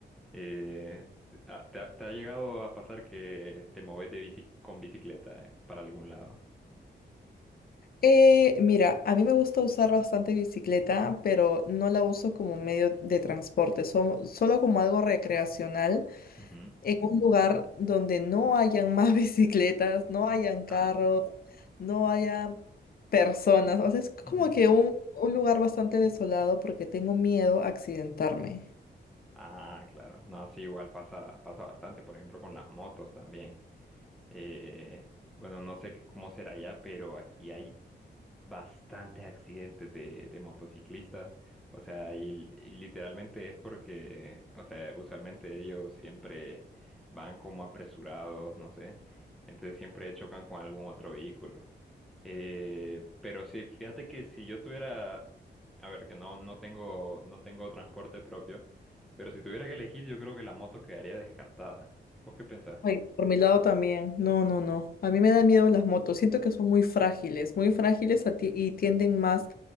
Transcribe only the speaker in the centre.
Eh, ¿te, ah, te ha te ha llegado a pasar que te moves de bici, con bicicleta, eh, para algún lado?
Ujú.
Ah, ya.
Ujú.
Ah, claro. No, sí, igual pasa, pasa bastante, por ejemplo, con las motos también. Eh, bueno, no sé cómo será allá, pero aquí hay bastantes accidentes de, de motociclistas. O sea, y, y literalmente es porque, o sea, usualmente ellos siempre van como apresurados, no sé. Entonces siempre chocan con algún otro vehículo. Eh, pero sí, fíjate que si yo tuviera, a ver, que no, no tengo, no tengo transporte propio. Pero si tuviera que elegir, yo creo que la moto quedaría descartada. ¿Vos qué pensás?